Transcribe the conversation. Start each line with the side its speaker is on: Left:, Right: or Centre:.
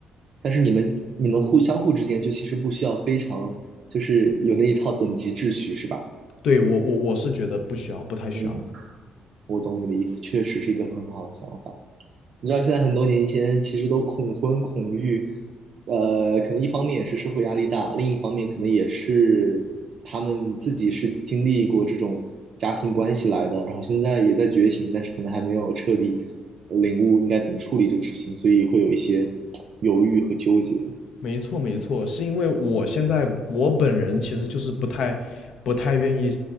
Right: 但是你们你们互相互之间就其实不需要非常就是有那一套等级秩序是吧？
Left: 对我我我是觉得不需要，不太需要的。
Right: 嗯，我懂你的意思，确实是一个很好的想法。你知道现在很多年轻人其实都恐婚恐育，呃，可能一方面也是社会压力大，另一方面可能也是他们自己是经历过这种家庭关系来的，然后现在也在觉醒，但是可能还没有彻底领悟应该怎么处理这个事情，所以会有一些 <tsk> 犹豫和纠结。
Left: 没错，没错，是因为我现在我本人其实就是不太不太愿意，